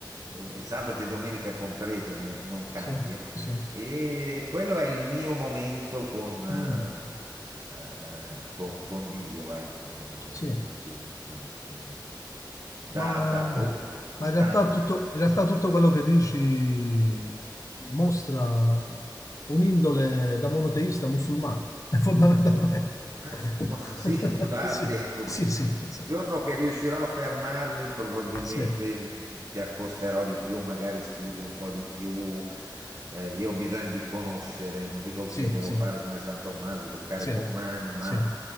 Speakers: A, on the right; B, on the left.
A: eh, sabato e domenica compreso, non, non cambia.
B: sì, sì.
A: E quello è il mio momento con, eh,
B: Mm,
A: eh, con, con Dio, ecco,
B: Sì.
A: come lo si vuole chiamare. Da,
B: Ma,
A: da boh, vent'anni?
B: ma in realtà tutto, in realtà tutto quello che dici mostra un'indole da monoteista musulmano, <laughs> fondamentalmente.
A: <laughs>
B: <laughs>
A: Ma sì, può darsi,
B: Sì,
A: ecco.
B: sì, sì, sì,
A: Il giorno che riuscirò a fermarmi, probabilmente
B: sì,
A: mi ci accosterò di più, magari studio un po' di più. Eh, io ho bisogno di conoscere, non dico
B: sì,
A: che devo
B: sì,
A: fare come San Tommaso, toccare
B: sì,
A: con mano, ma
B: sì,